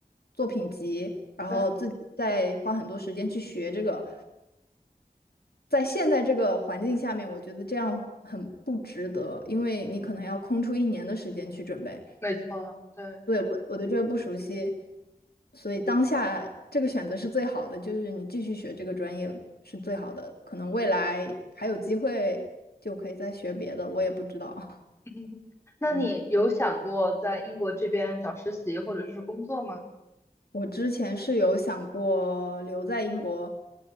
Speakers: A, on the left (about 80°); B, on the left (about 15°).
A: 作品集，然后自己再花很多时间去学这个。
B: 对，
A: 在现在这个环境下面，我觉得这样很不值得，因为你可能要空出一年的时间去准备。
B: 没错，对。
A: 对，我我对这个不熟悉，所以当下这个选择是最好的，就是你继续学这个专业是最好的，可能未来还有机会就可以再学别的，我也不知道。<laughs>
B: <laughs> 那你有想过在英国这边找实习或者是工作吗？
A: 嗯，我之前是有想过留在英国，